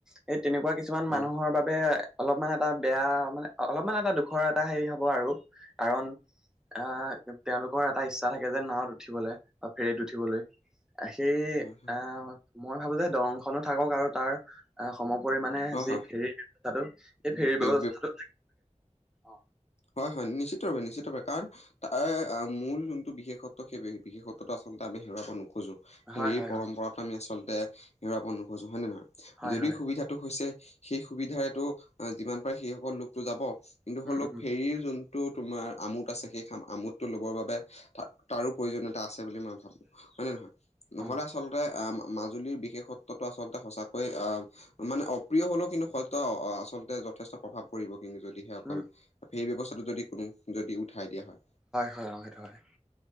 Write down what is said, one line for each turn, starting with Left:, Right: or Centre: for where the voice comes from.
Centre: সেই তেনেকুৱা কিছুমান
Left: হয়
Centre: মানুহৰ বাবে অলপমান এটা বেয়া মানে অলপমান এটা দুখৰ এটা হেৰি হ'ব আৰু কাৰণ আহ তেওঁলোকৰ এটা ইচ্ছা থাকে যে নাওত উঠিবলৈ বা ফেৰিত উঠিবলৈ সেই
Left: হয় হয়
Centre: আহ মই ভাবো যে দলংখনো থাকক আৰু তাৰ সমোপৰি
Left: হয়
Centre: যি
Left: হয়
Centre: ফেৰী ব্যৱস্থাটো, সেই
Left: উম
Centre: ফেৰী
Left: সেই
Centre: ব্যৱস্থাটো অ,
Left: হয়, হয়, নিশ্চিতভাৱে, নিশ্চিতভাৱে, কাৰণ তাৰ মূল যোনটো বিশেষত্ব, সেই বিশেষত্বটো আচলতে আমি হেৰুৱাব নোখোজো। হেৰিৰ
Centre: হয় হয়
Left: পৰম্পৰাটো
Centre: অ
Left: আমি আচলতে হেৰুৱাব নোখোজো হয় নে নহয়,
Centre: হয়
Left: যদি
Centre: হয়
Left: সুবিধা হৈছে, সেই সুবিধাৰেটো যিমান পাৰে সেইসকল লোকটো যাব কিন্তু
Centre: উম
Left: হ'লেও
Centre: উম
Left: ফেৰিৰ যোনটো টো তোমাৰ আমোদ আছে সেই আম আমোদ টো ল'বৰ বাবে ত তাৰো প্ৰয়োজনীয়তা আছে। বুলি মই ভাবো, হয় নে নহয়, নহ'লে
Centre: উম
Left: আচলতে আহ মাজুলীৰ বিশেষত্বটো আচলতে সচাকৈ আহ মানে অপ্ৰিয় হ'লেও কিন্তু সত্য, আচলতে যথেষ্ট প্ৰভাৱ পৰিব কিন্তু যদিহে অকল
Centre: উম
Left: সেই ব্যৱস্থাটো যদি কোনো যদি উঠাই দিয়া হয়।
Centre: হয় অ সেইটো হয়